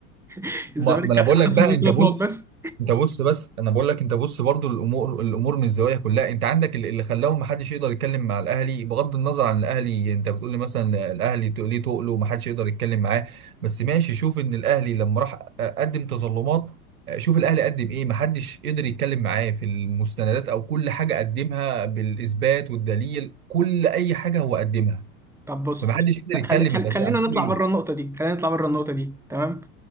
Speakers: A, in the centre; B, on the right.
A: <laughs> الزمالك
B: ما, ما
A: كان
B: انا بقول
A: هيتخصم
B: لك بقى
A: منه
B: انت
A: ثلاث
B: بص
A: نقط بس
B: انت بص بس انا بقول لك انت بص برضو الامور الامور من الزوايا كلها انت عندك اللي اللي خلاهم ما حدش يقدر يتكلم مع الاهلي بغض النظر عن الاهلي انت بتقول لي مثلا الاهلي تق- ليه تقله وما حدش يقدر يتكلم معاه بس ماشي شوف ان الاهلي لما راح قدم تظلمات شوف الاهلي قدم ايه ما حدش قدر يتكلم معاه في المستندات او كل حاجه قدمها بالاثبات والدليل كل اي حاجه هو قدمها
A: طب بص
B: فما
A: بص
B: حدش قدر يتكلم
A: خلي خلي
B: انت هتقول
A: خلينا نطلع بره النقطه دي خلينا نطلع بره النقطه دي تمام